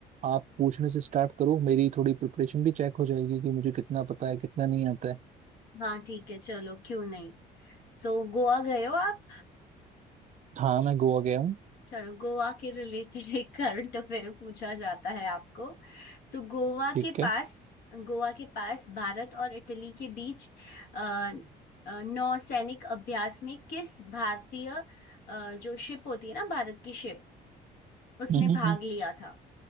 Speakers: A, on the right; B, on the left.
A: आप पूछने से स्टार्ट करो मेरी थोड़ी प्रिपरेशन भी चेक हो जाएगी कि मुझे कितना पता है कितना नहीं आता है
B: हाँ ठीक है चलो क्यों नहीं सो गोवा गए हो आप
A: हाँ मैं गोवा गया हूँ
B: चलो गोवा के रिलेटेड एक करंट अफेयर पूछा जाता है आपको सो गोवा
A: ठीक
B: के पास
A: है
B: गोवा के पास भारत और इटली के बीच अ, अ, नौसैनिक अभ्यास में किस भारतीय अ, जो शिप होती है ना भारत की शिप उसने
A: हम्म,
B: भाग
A: हम्म, हम्म।
B: लिया था